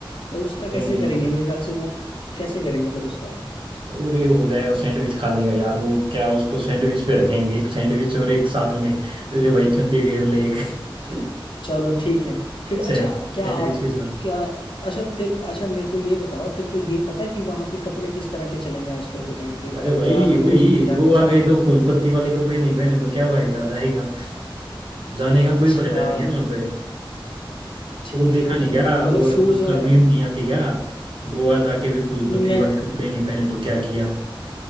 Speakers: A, on the left; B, on the right.
A: तो उसका
B: नहीं
A: कैसे
B: नहीं
A: करेंगे मेरे ख्याल से वो कैसे करेंगे फिर उसका
B: अरे हो जाए वो सैंडविच खा लेगा यार वो क्या उसको सैंडविच पे रखेंगे एक सैंडविच और एक साथ में अरे भाई ठंडी बियर ले एक <laughs>
A: चलो ठीक है फिर
B: सै-
A: अच्छा क्या
B: सैंडविच
A: आप
B: के साथ
A: क्या अच्छा तेरे अच्छा मेरे को ये बताओ तेरे को ये पता है कि वहाँ पे कपड़े किस तरह के चलेंगे आजकल के टाइम पे मतलब
B: अरे भाई
A: क्या कपड़े
B: वही
A: लेके जाने
B: गोवा
A: चाहिए
B: गए तो फूल पत्ती वाले कपड़े नहीं पहने तो क्या फायदा जाएगा जाने का
A: अच्छा
B: कोई फायदा नहीं है वहां पे
A: ठीक
B: तो वो देखा
A: है
B: नहीं
A: ठीक
B: गया
A: है मतलब
B: वो आजकल
A: शूज वगैरह
B: मीम नहीं आती क्या गोवा जाके भी फूल
A: नहीं,
B: पत्ती
A: मैं
B: वाले कपड़े नहीं पहने तो क्या किया